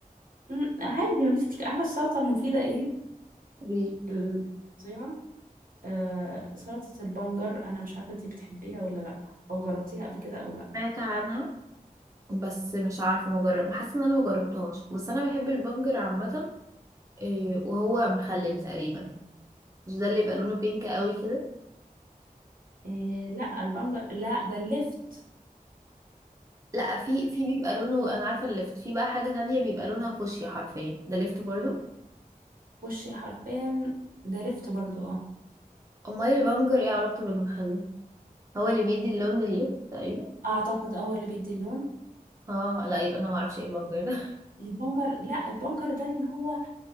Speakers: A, on the right; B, on the right.
A: مم، عادي مفيش مشكلة عارفة السلطة المفيدة ايه
B: قوليلي
A: ال- فظيعة آه سلطة البنجر أنا مش عارفة أنتي بتحبيها ولا لأ أو جربتيها قبل كده أو لأ
B: سمعت عنها بس مش عارفة مجرب حاسة ان انا مجربتهاش بس انا بحب البنجر عامة إيه، وهو مخلل تقريبا مش ده اللي بيبقى لونه بينك قوي كده
A: إيه لأ البنجر لأ ده اللفت
B: لا في في بيبقى لونه انا عارفة اللفت في بقى حاجة تانية بيبقى لونها فوشيا حرفيا ده لفت برضو
A: وشي حرفيا ده لفت برضو اه
B: امال البنجر ايه علاقته بالمخلل هو اللي بيدي اللون لللفت تقريبا
A: أعتقد اه هو اللي بيدي اللون
B: اه لا يبقى انا معرفش ايه البنجر ده <laughs>
A: البنجر لأ البنجر ده اللي هو